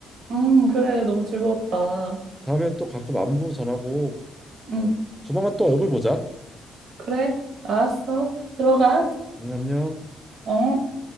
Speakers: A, on the right; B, in the centre.
A: 음, 그래. 너무 즐거웠다.
B: 다음에 또 가끔 안부 전하고
A: 음,
B: 어 조만간 또 얼굴 보자.
A: 그래. 알았어. 들어가.
B: 응, 안녕.
A: 어?